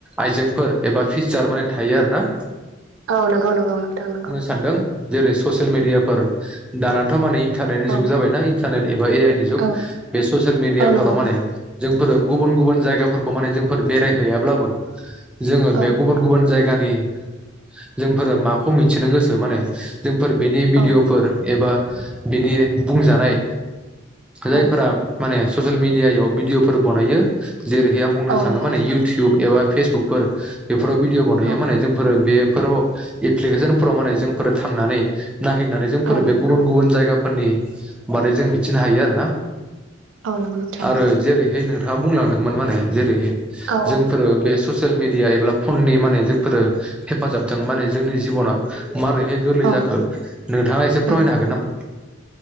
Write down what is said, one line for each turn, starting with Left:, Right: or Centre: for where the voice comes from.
Centre: आइजें फोर एबा फिसार माने थायो आरो ना।
Right: औ नंगौ नंगौ नोंथां नंगौ।
Centre: सानदों जेरै ससियेल मिडियाफोर दानाथ' माने थानायनि जुग
Right: औ
Centre: जाबायना इन <unintelligible> बा ए आइ नि जुग
Right: औ
Centre: बे ससियेल मेडियाफोराव
Right: औ नंगौ
Centre: माने
Right: नोंथां
Centre: जोंफोरो गुबुन गुबुन जायगाफोरखौ माने जोंफोर बेरायहैयाब्लाबो जोङो
Right: औ
Centre: बे गुबुन गुबुन जायग जायगानि जोंफोरो माखौ मिथिनो गोसो माने जोंफोर बेनि भिडिअ'फोर
Right: औ
Centre: एबा बिनि बुंजानाय जायफोरा
Right: औ
Centre: माने ससियेल मेडियायाव भिडिअ'फोर बनायो जेरैहाय आं बुंनो
Right: औ
Centre: थाङो
Right: नंगौ
Centre: माने
Right: नोंथां
Centre: इउटुब एबा फेसबुक फोर बेफोराव भिडिअ' बानायो
Right: औ
Centre: माने जोंफोरो बे फोराव एप्लिकेसनफोराव माने जोंफोर थांनानै नाहैनानै जोंफोर
Right: औ नंगौ
Centre: बे गुबुन गुबुन जायगा फोरनि बादै जों मिथिनो हायो आरो ना।
Right: औ नंगौ नोंथां
Centre: आरो जेरैहाय नोंथाङा बुंलां <unintelligible> जेरैहाय
Right: औ औ
Centre: जोंफोरो बे ससे ससियेल मेडिया एब्ला फननि माने जोंफोरो हेफाजाबदों माने जोंनि जिबना मारैहाय गोरलै
Right: औ
Centre: जाखो नोंथाङा एसे
Right: औ
Centre: फोरमायनो हागोन नामा?